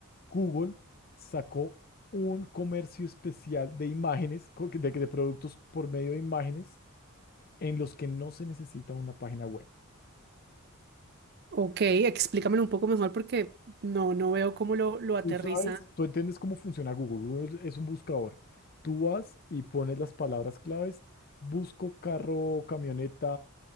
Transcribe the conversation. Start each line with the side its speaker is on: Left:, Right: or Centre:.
Left: Google sacó un comercio especial de imágenes, co- de, de productos por medio de imágenes, en los que no se necesita una página web.
Right: Ok, explícamelo un poco mejor porque no, no veo cómo lo, lo aterriza.
Left: Tú sabes, tú entiendes cómo funciona Google. Google es un buscador. Tú vas y pones las palabras claves, busco carro, camioneta